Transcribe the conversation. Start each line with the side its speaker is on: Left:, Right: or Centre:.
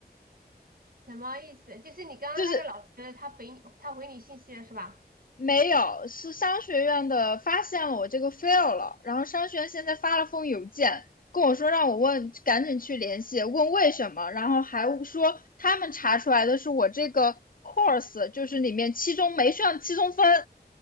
Right: 什么意思？就是你刚刚那个老师，
Left: 就是
Right: 他回你，他回你信息了是吧？
Left: 没有，是商学院的发现了我这个 fail 了，然后商学院现在发了封邮件跟我说让我问，赶紧去联系，问为什么，然后还说他们查出来的是我这个 course 就是里面期中没上期中分，